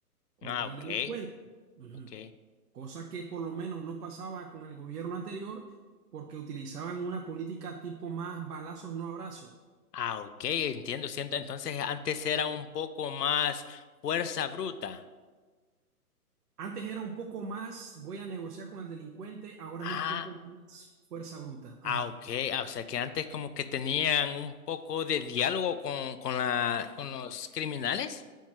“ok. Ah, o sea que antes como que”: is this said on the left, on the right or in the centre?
Left